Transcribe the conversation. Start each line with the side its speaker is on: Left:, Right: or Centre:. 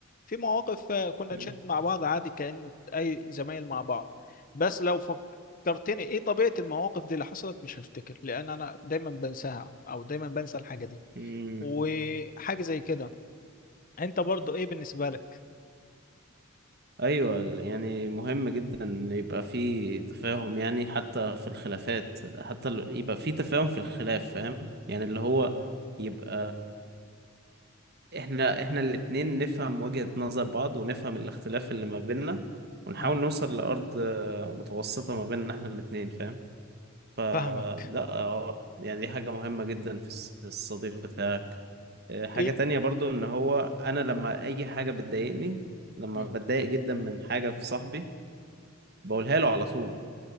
Left: في مواقف آه، كنا
Right: امم
Left: نشد مع بعض عادي كأن اي زمايل مع بعض بس لو فك... فكرتني ايه طبيعة المواقف دي اللي حصلت مش هفتكر لان انا دايما بنساها او دايما بنسى الحاجة دي
Right: أمم.
Left: وحاجة زي كده انت برضو ايه بالنسبة لك
Right: ايوه يعني مهم جدا ان يبقى في تفاهم يعني حتى في الخلافات حتى ال- يبقى في تفاهم في الخلاف فاهم يعني اللي هو يبقى احنا احنا الاتنين نفهم وجهة نظر بعض ونفهم الاختلاف اللي ما بيننا ونحاول
Left: اه
Right: نوصل لأرض آه، متوسطة ما بيننا احنا الاتنين فاهم فلا
Left: فاهمك
Right: اه يعني دي حاجة مهمة جدا في الص- في الصديق بتاعك آه، حاجة
Left: فين
Right: تانية برضو ان هو انا لما اي حاجة بتضايقني لما
Left: مم.
Right: بتضايق جدا من حاجة في صاحبي بقولها له على طول